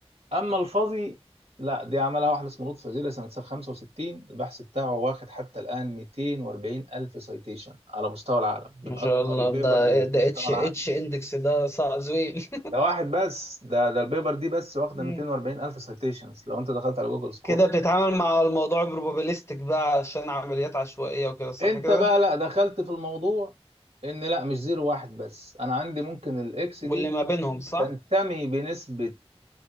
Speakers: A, on the right; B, on the left.
A: اما الفاضي لا دي عملها واحد اسمه لطفي وزير سنه 65 البحث بتاعه واخد حتى الان 240 الف سايتيشن على مستوى العالم من
B: ما
A: اكبر
B: شاء الله
A: البيبرز
B: ده
A: اللي في
B: ده
A: مستوى
B: اتش
A: العالم
B: اتش اندكس ده صعب زويل
A: ده واحد بس ده ده البيبر دي بس
B: <laughs>
A: واخده
B: مم.
A: 240 الف سايتيشنز لو انت دخلت على جوجل سكولر
B: كده بتتعامل مع الموضوع بروبابيليستيك بقى عشان عمليات عشوائية وكده صح
A: انت
B: كده
A: بقى لا دخلت في الموضوع ان لا مش زيرو واحد بس انا عندي ممكن الاكس دي
B: واللي ما بينهم صح
A: تنتمي بنسبه